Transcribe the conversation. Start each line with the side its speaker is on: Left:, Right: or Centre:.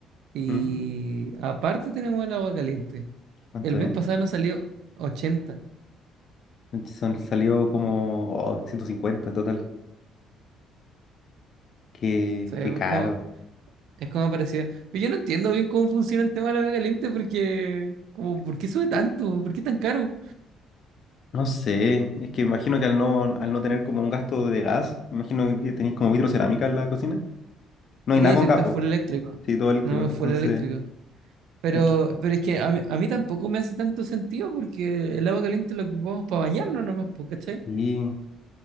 Right: y
Left: ¿Mm?
Right: aparte tenemos el agua caliente.
Left: ¿Cuánto
Right: El mes
Left: es?
Right: pasado nos salió ochenta,
Left: Son, salió como oh, 150 en total. Qué,
Right: O sea,
Left: qué caro.
Right: es como, es como parecía. Pero yo no entiendo bien cómo funciona el tema de la agua caliente porque, como, ¿por qué sube tanto? ¿Por qué tan caro?
Left: No sé, es que imagino que al no, al no tener como un gasto de gas, imagino que tenéis como vitrocerámica en la cocina. No
Right: Sí,
Left: hay nada con
Right: sí, esto
Left: gas,
Right: es full eléctrico.
Left: Sí, todo eléctrico.
Right: No,
Left: Entonces,
Right: es full eléctrico. Pero,
Left: aquí.
Right: pero es que a mí, a mí tampoco me hace tanto sentido porque el agua caliente la ocupamos para bañarnos nomás, po, ¿cachai?
Left: Y,